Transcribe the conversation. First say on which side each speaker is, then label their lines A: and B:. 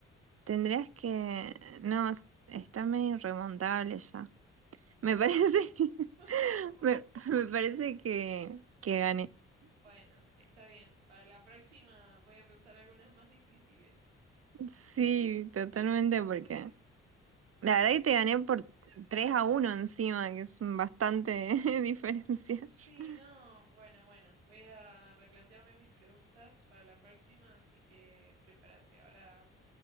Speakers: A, on the right; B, on the right.
A: Tendrías que... No, es- está medio irremontable ya. Me parece, <laughs>
B: <laughs>
A: me, me parece que, que gané.
B: Bueno, está bien. Para la próxima voy a pensar algunas más difíciles.
A: Sí, totalmente,
B: <laughs>
A: porque la verdad que te gané por 3 a uno encima, que es bastante <laughs> diferencia.
B: Sí,
A: <laughs>
B: no. Bueno, bueno, voy a replantearme mis preguntas para la próxima, así que prepárate. Ahora,